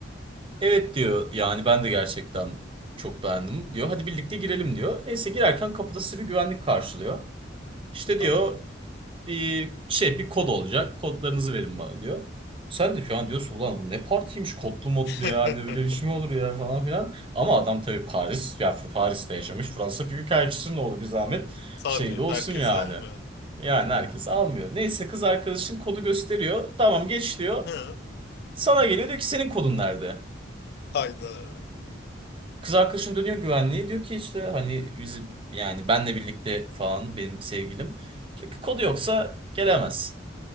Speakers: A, on the right (about 30°); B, on the left (about 55°).
A: Evet diyor yani ben de gerçekten çok beğendim diyor. Hadi birlikte girelim diyor. Neyse girerken kapıda sizi bir güvenlik karşılıyor. İşte diyor
B: Tamam.
A: bir şey bir kod olacak. Kodlarınızı verin bana diyor. Sen de şu an diyorsun ulan bu ne partiymiş kodlu modlu
B: <laughs>
A: ya hani böyle bir şey mi olur ya falan filan. Ama adam tabii Paris ya Paris'te yaşamış Fransa Büyükelçisi'nin oğlu bir zahmet
B: Tabii
A: şey de olsun
B: herkes
A: yani.
B: almıyor.
A: Yani herkes almıyor. Neyse kız arkadaşın kodu gösteriyor. Tamam geç diyor.
B: Hı.
A: Sana geliyor diyor ki senin kodun nerede?
B: Hayda
A: Kız arkadaşım dönüyor güvenliğe diyor ki işte hani biz yani benle birlikte falan benim sevgilim. Diyor ki kodu yoksa gelemez.